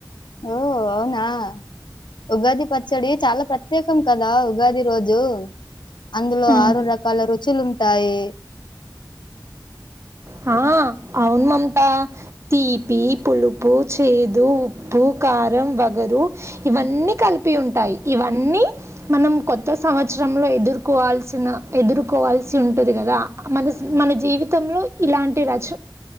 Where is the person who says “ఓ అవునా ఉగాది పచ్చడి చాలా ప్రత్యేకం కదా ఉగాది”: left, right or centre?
Left